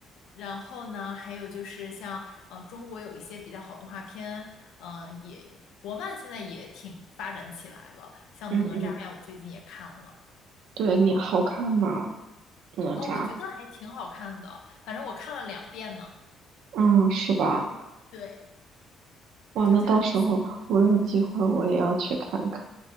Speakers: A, on the left (about 75°); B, on the right (about 70°).
A: 然后呢，还有就是像呃，中国有一些比较好动画片，嗯、也国漫现在也挺发展起来了，像哪吒呀，
B: 嗯嗯，
A: 我最近也看了，
B: 对你好看吗？哪吒，
A: 啊、我觉得还挺好看的，反正我看了两遍呢，
B: 嗯，是吧？
A: 对，
B: 哇，
A: 就觉得还行，
B: 那到时候我有机会我也要去看看。